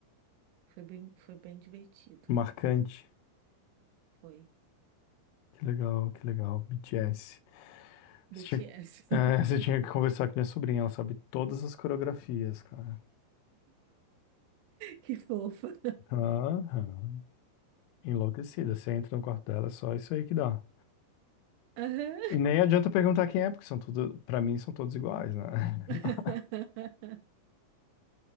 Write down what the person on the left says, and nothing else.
Marcante.
Que legal, que legal. BTS. Você
tinha, é,
<laughs> você tinha que conversar com minha sobrinha, ela sabe todas as coreografias, cara.
Aham. Enlouquecida. Você entra no quarto dela, é só isso aí que dá.
E nem adianta perguntar quem é, porque são tudo, para mim são todos iguais, né? <laughs>